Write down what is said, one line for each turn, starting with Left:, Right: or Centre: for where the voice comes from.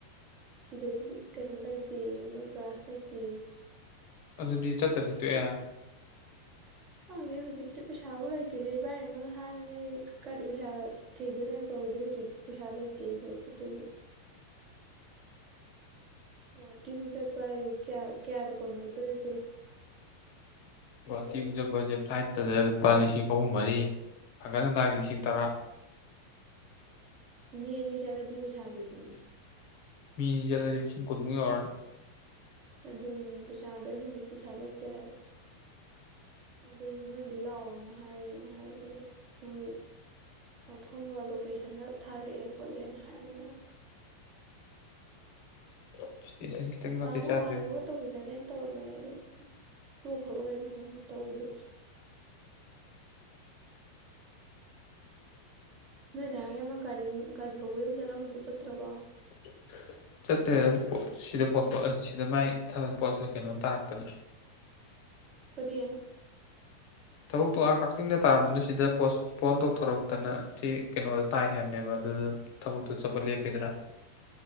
Right: ꯁꯤꯗꯗꯤ ꯀꯩꯅꯣ ꯂꯩꯇꯦ ꯃꯣꯏ ꯕ꯭ꯔꯥꯁ ꯂꯩꯇꯦ
Left: ꯑꯗꯨꯗꯤ ꯆꯠꯇꯗꯤ ꯇꯣꯛꯑꯦ
Right: ꯐꯪꯗꯦ ꯍꯧꯖꯤꯛꯇꯤ ꯄꯩꯁꯥꯕꯨ ꯂꯩꯇ꯭ꯗꯤ ꯏꯕꯥꯏꯔꯉꯣꯟꯅ ꯍꯥꯏꯕꯅꯦ ꯑꯩ ꯀꯗꯤ ꯄꯩꯁꯥ ꯊꯤꯗꯣꯏꯅꯦꯕ ꯍꯧꯖꯤꯛ ꯍꯧꯖꯤꯛ ꯄꯩꯁꯥ ꯂꯩꯇꯦ ꯑꯩꯣꯏ ꯈꯨꯠꯇꯨꯁꯨ ꯒꯍꯥꯇꯤꯕꯨꯨ ꯆꯠꯄ ꯍꯥꯏꯗꯤ ꯀꯌꯥ ꯀꯌꯥꯅ ꯀꯣꯟꯅꯛꯇ꯭ꯔꯤꯒꯦ
Left: ꯒꯨꯍꯥꯇꯤ ꯎꯖꯠꯄꯁꯦ ꯐ꯭ꯂꯥꯏꯠꯇꯗ ꯂꯨꯄꯥ ꯂꯤꯁꯤꯡ ꯑꯍꯨꯝ ꯃꯔꯤ ꯊꯥꯡꯒꯠ ꯍꯟꯗꯥꯒꯤ ꯂꯤꯁꯤꯡ ꯇꯔꯥ
Right: ꯏꯁ ꯃꯤ ꯑꯅꯤ ꯆꯠꯂꯗꯤ ꯄꯩꯁꯥꯗꯨꯗꯤ
Left: ꯃꯤꯅꯤ ꯆꯠꯂꯗꯤ ꯂꯤꯁꯤꯡ ꯀꯨꯟꯃꯨꯛ ꯌꯧꯔꯅꯤ
Right: ꯑꯗꯨꯅꯦ ꯄꯩꯁꯥꯗꯣ ꯑꯩ ꯍꯧꯖꯤꯛ ꯄꯩꯁꯥ ꯂꯩꯇꯦ ꯍꯥꯏꯕ ꯑꯗꯨꯏꯅꯤ ꯃꯣꯏꯅꯗꯤ ꯂꯥꯛꯑꯣꯅ ꯍꯥꯏꯔꯦꯅ ꯍꯥꯏꯕꯅꯦꯕ ꯃꯣꯏ ꯃꯐꯝꯒ ꯂꯣꯀꯦꯁꯟꯒ ꯊꯥꯔꯛꯑꯦ ꯈꯣꯠꯂꯦꯅ ꯍꯥꯏꯕꯅꯦꯕ
Left: <unintelligible>
Right: ꯅꯍꯥꯟ ꯃꯃꯥꯟꯅꯕꯒ
Left: ꯆꯥꯗ꯭ꯔꯦ
Right: ꯇꯧꯕꯤꯟꯅꯅꯦꯅ ꯇꯧꯔꯝꯕꯅꯦ ꯑꯗꯨ ꯇꯣꯛꯈ꯭ꯔꯕ ꯑꯣꯏꯅꯣ ꯈꯪꯉ ꯇꯧꯈꯤꯗ꯭ꯔꯦ ꯅꯣꯏꯗꯍ ꯑꯃ ꯒꯥꯔꯤ ꯒꯥꯔꯤ ꯊꯧꯕ ꯌ ꯑꯃ ꯆꯠꯂꯝꯕꯗꯨꯣ ꯆꯠꯇ꯭ꯔꯕꯣ
Left: <inaudible> ꯆꯠꯇ꯭ꯔꯦꯗ ꯑꯗꯨ ꯁꯤꯗ ꯄꯣꯠ ꯁꯤꯗ ꯃꯥꯏ ꯊꯕ ꯄꯣꯠꯁ ꯀꯩꯅꯣ ꯇꯥꯔꯛꯇꯅ
Right: ꯀꯗꯤꯌꯥ
Left: ꯊꯕꯛꯇꯣ ꯑ ꯀꯛꯆꯤꯡꯗ ꯇꯥꯔꯝꯕꯗꯨ ꯁꯤꯗ ꯄꯣꯁꯄꯣꯟ ꯇꯧꯊꯣꯔꯛꯇꯅ ꯁꯤ ꯀꯩꯅꯣꯗ ꯇꯥꯏ ꯍꯥꯏꯕꯅꯦꯕ ꯑꯗꯨꯗ ꯊꯕꯛꯇꯨ ꯆꯠꯄ ꯂꯦꯞꯄꯤꯗ꯭ꯔꯥ